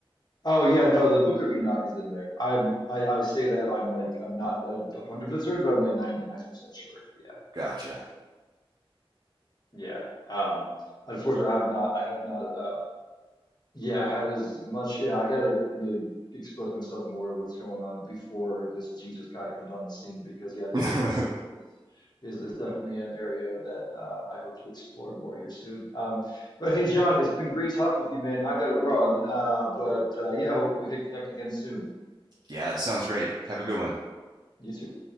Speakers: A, on the left; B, on the right.
A: Oh yeah, no, the Book of Enoch is in there. I'm I, I say that I'm like I'm not a hundred percent certain, but I'm like ninety nine percent sure. Yeah,
B: gotcha
A: yeah. Um, unfortunately, I have not. I have not. Uh, yeah, had as much. Yeah, I gotta really expose myself more to what's going on before this Jesus guy comes on the scene because yeah, the
B: <laughs>
A: Old Testament is is is definitely an area that uh, I hope to explore more here soon. Um, but hey, John, it's been great talking with you, man. I gotta run. Uh, but uh, yeah, hope we can connect again soon.
B: yeah sounds great have a good one
A: You too.